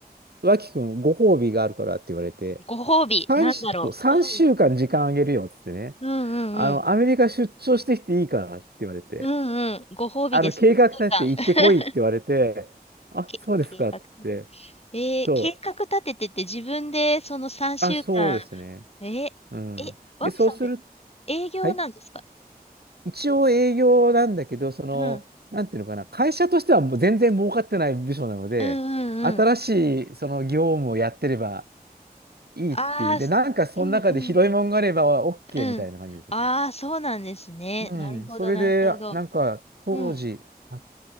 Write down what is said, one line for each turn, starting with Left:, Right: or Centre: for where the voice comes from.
Right: 脇くん、ご褒美があるからって言われて、
Left: ご褒美、
Right: 3、
Left: なんだろう。
Right: そう週間時間あげるよっつってね、
Left: うん。うんうんうん。
Right: あの、アメリカ出張してきていいからって言われて、
Left: うんうん。ご褒美です。
Right: あの、計画立てて行ってこいって言われて、
Left: 一週間 <laughs>
Right: あ、
Left: け計画。
Right: そうですかって言って、
Left: えー計画立ててて自分でその3週間、
Right: そう、あ、そうですね。
Left: えー、
Right: うん。
Left: え、わきさんって
Right: で、そうする、
Left: 営業なんですか
Right: はい。一応営業なんだけど、その、
Left: うん。
Right: なんていうのかな、会社としてはもう全然儲かってない部署なので、
Left: うんうんうん。
Right: 新しいその業務をやってればいいっていう。
Left: ああ、
Right: で、
Left: すうんうん
Right: なんかその中で拾いもんがあれば OK
Left: うん。
Right: みたいな感じですね。
Left: ああ、そうなんですね。
Right: うん。
Left: なるほど、
Right: それで、
Left: なるほど。
Right: なんか当時、
Left: うん。
Right: は